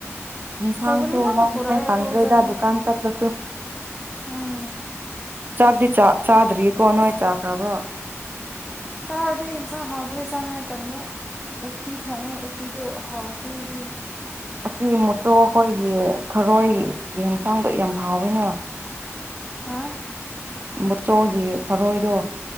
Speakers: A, on the right (about 40°); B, in the centre.
A: ꯏꯟꯁꯥꯡꯁꯨ
B: ꯁꯧꯒꯔꯤ ꯉꯥꯛꯇ
A: ꯂꯧꯅꯤꯉꯥꯏ
B: ꯄꯨꯔꯛꯑꯦ ꯑꯩꯈꯣꯏ
A: ꯐꯪꯗ꯭ꯔꯦꯗ
B: ꯑꯣꯖꯥꯗꯤ
A: ꯗꯨꯀꯥꯟ ꯆꯠꯂꯁꯨ
B: ꯎꯝ
A: ꯆꯥꯛꯇꯤ ꯆꯥ ꯆꯥꯗ꯭ꯔꯤꯀꯣ ꯅꯣꯏ ꯆꯥꯈ꯭ꯔꯕ꯭ꯔꯣ
B: ꯆꯥꯗ꯭ꯔꯤ ꯏꯟꯁꯥꯡ ꯍꯥꯎꯇꯕꯩ ꯆꯥꯅꯤꯉꯥꯏ ꯇꯟꯕ ꯎꯠꯇꯤ ꯊꯣꯡꯉꯦ ꯎꯠ ꯎꯇꯤꯗꯣ ꯍꯥꯎꯇꯦ ꯑꯗꯨꯒꯤ
A: ꯑꯁꯤ ꯃꯨꯠꯇꯣ ꯑꯩꯈꯣꯏꯒꯤ ꯊꯔꯣꯏꯒꯤ ꯌꯦꯟꯁꯥꯡꯗꯣ ꯌꯥꯝ ꯍꯥꯎꯋꯤꯅ
B: ꯍꯥꯥ
A: ꯃꯆꯣꯒꯤ ꯊꯔꯣꯏꯗꯣ